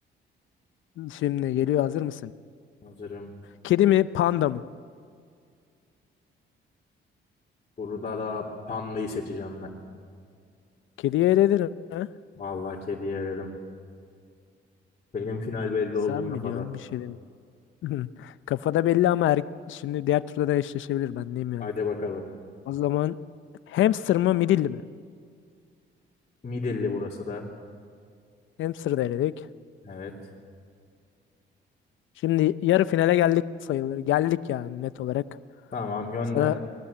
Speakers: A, on the left; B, on the left.
A: Şimdi geliyor hazır mısın?
B: Hazırım.
A: Kedi mi panda mı?
B: Burada da pandayı seçeceğim ben.
A: Kediye eledim ha?
B: Vallahi kediyi eledim. Benim final belli
A: Sen
B: oldu kafada.
A: biliyorsun bir şey demiyorum. <laughs> Hı. Kafada belli ama er- şimdi diğer turda da eşleşebilir ben diyeyim yani.
B: Hadi bakalım.
A: O zaman hamster mı midilli mi?
B: Midilli burası da.
A: Hamster da eledik.
B: Evet.
A: Şimdi yarı finale geldik sayılır. Geldik yani net olarak.
B: Tamam gönder.
A: Sana